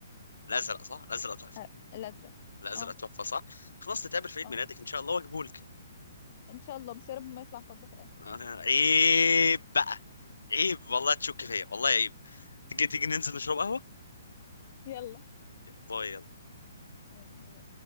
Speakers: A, on the left; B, on the left.
A: الازرق صح الازرق تحفه
B: أه الأزرق
A: الازرق
B: اه
A: تحفه صح خلاص نتقابل في عيد
B: اه
A: ميلادك ان شاء الله واجيبه لك
B: ان شاء الله بس يا رب ما يطلع فضة في الآخر
A: أنا- عيب بقى عيب والله تشك فيا والله عيب تيجي تيجي ننزل نشرب قهوه
B: يلا
A: بايظ
B: يلا